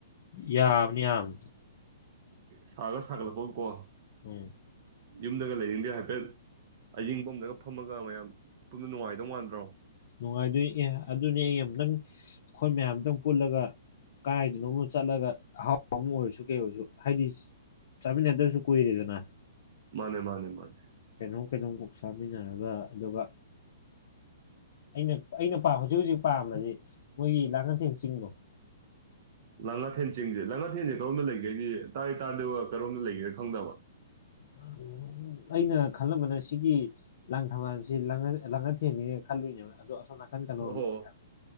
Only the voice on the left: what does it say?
ꯌꯥꯕꯅꯤ ꯌꯥꯕꯅꯤ
ꯎꯝ
ꯅꯨꯡꯉꯥꯏꯗꯣꯏ ꯑꯦ ꯑꯗꯨꯅꯤ ꯑꯩ ꯑꯃꯨꯛꯇꯪ ꯑꯈꯣꯏ ꯃꯌꯥꯝ ꯑꯃꯇꯪ ꯄꯨꯜꯂꯒ ꯀꯥꯏꯗꯅꯣꯝꯃ ꯆꯠꯂꯒ ꯑꯍꯥꯎ ꯑꯃ ꯑꯣꯏꯔꯁꯨ ꯀꯩ ꯑꯣꯏꯔꯁꯨ ꯍꯥꯏꯗꯤ ꯆꯥꯃꯤꯟꯅꯗꯕꯁꯨ ꯀꯨꯏꯔꯦꯗꯅ
ꯀꯩꯅꯣꯝ ꯀꯩꯅꯣꯝ ꯀꯣꯛ ꯆꯥꯃꯤꯟꯅꯔꯒ ꯑꯗꯨꯒ ꯑꯩꯅ ꯑꯩꯅ ꯄꯥꯝ ꯍꯧꯖꯤꯛ ꯍꯧꯖꯤꯛ ꯄꯥꯝꯝꯕꯗꯤ ꯃꯣꯏꯒꯤ ꯂꯥꯡꯉꯟꯊꯦꯝ ꯆꯤꯡꯗꯣ <inaudible>
<unintelligible> ꯑꯩꯅ ꯈꯜꯂꯝꯕꯅ ꯁꯤꯒꯤ ꯂꯥꯡ ꯊꯝꯕꯥꯜꯁꯤꯥꯡ ꯂꯥꯡꯉꯊꯦꯜꯅ ꯈꯜꯂꯨꯏꯅꯦꯕ ꯑꯗꯣ ꯑꯁꯣꯝ ꯅꯥꯀꯟ ꯀꯩꯅꯣꯔꯣꯝꯗꯅꯤ
ꯍꯥꯏꯕꯅꯦ